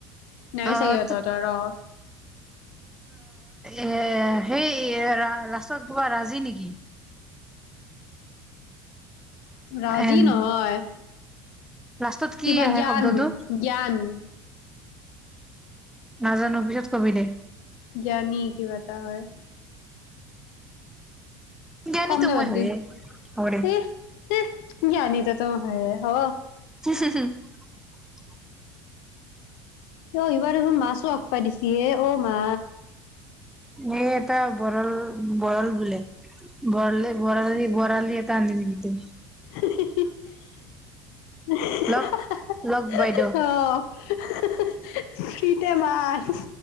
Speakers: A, on the left; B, in the centre.
A: নাই
B: আহ
A: চাগে সিহঁতৰ ৰ
B: এ সেই লাষ্টত গবা ৰাজি নেকি
A: ৰাজি
B: এন
A: নহয়
B: লাষ্টত কি
A: কিবা
B: আহে
A: জ্ঞান
B: শব্দটো
A: জ্ঞান
B: নাজানো পিছত কবি দে
A: জ্ঞানী কিবা এটা হয়।
B: জ্ঞানীতো
A: কম দে
B: মই
A: বাদ
B: হয়ে
A: দি
B: হ'ব দে
A: ইহ, সিহ। জ্ঞানী ত'তো ম‌ই হয়ে হব।
B: <inaudible>
A: অ', এইবাৰ আৰু মাছো একসোপা দিছি। ইয়ে ও মা।
B: ইয়ে এটা বৰল। বৰল বোলে বৰলে বৰালি বৰালি এট। তান <unintelligible>
A: <unintelligible>
B: লগ লগ বাইদেউ
A: অ'। <unintelligible> ফ্ৰীতে মাছ।